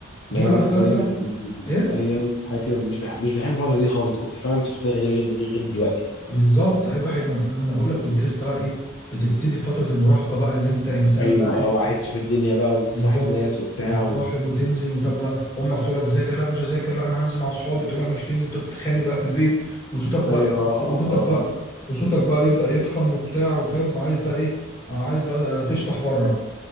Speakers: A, on the left; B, on the left.
A: جه
B: إنما إعدادية
A: بقى في
B: كانت
A: ثالثه
B: أيام مم.
A: ايه
B: أيام حياتي مش بح... مش بحب الفترة دي خالص كنت فعلا شخصية غريبة جدا غير غير دلوقتي
A: بالظبط اي واحد ما انا بقول لك كنت لسه بقى ايه بتبتدي في فتره المراهقه بقى اللي انت انسان
B: أيوه
A: بقى ايه
B: أه وعايز تشوف الدنيا بقى وتصاحب
A: بالظبط
B: ناس وبتاع
A: وتصاحب وتنزل وطب بقى امك تقول لك ذاكر لا مش هذاكر لا انا هنزل مع اصحابي تقول لك مش تنزل تقعد تتخانق بقى في البيت وصوتك بقى
B: ايوه اه
A: وصوتك
B: اه اه
A: بقى
B: آه.
A: وصوتك بقى يبدا يتخن وبتاع وفاهم عايز بقى ايه عايز بقى تشطح بره بقى